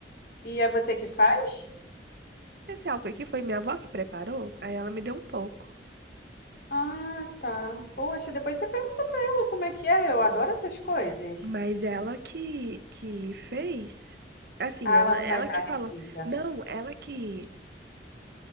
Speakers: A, on the left; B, on the right.
A: E é você que faz?
B: Esse álcool aqui foi minha avó que preparou, aí ela me deu um pouco.
A: Ah, tá. Poxa, depois você pergunta pra ela como é que é. Eu adoro essas coisas.
B: Mas ela que, que fez, assim,
A: Ah,
B: ela,
A: ela não
B: ela
A: vai dar
B: que
A: receita.
B: falou, não, ela que,